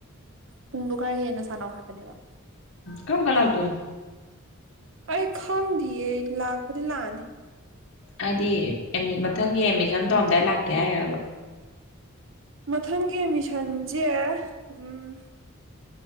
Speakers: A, on the right; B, on the left.
A: ꯄꯨꯡꯗꯣ ꯈꯔ ꯍꯦꯟꯅ ꯁꯥꯟꯅꯧ ꯍꯥꯏꯕꯅꯦꯕ
B: ꯀꯕꯝ ꯀꯥꯟ ꯂꯥꯛꯇꯣꯏꯅꯣ
A: ꯑꯩ ꯈꯪꯗꯦꯌꯦ ꯂꯥꯛꯄꯨꯗꯤ ꯂꯥꯛꯑꯅꯤ
B: ꯍꯥꯏꯗꯤ ꯑꯦꯃꯤꯠ ꯃꯊꯪꯒꯤ ꯑꯦꯠꯃꯤꯁꯟ ꯇꯧꯔꯝꯗꯥꯏꯗ ꯂꯥꯛꯀꯦ ꯍꯥꯏꯔꯕ
A: ꯃꯊꯪꯒꯤ ꯑꯦꯠꯃꯤꯁꯟꯖꯦ ꯎꯝ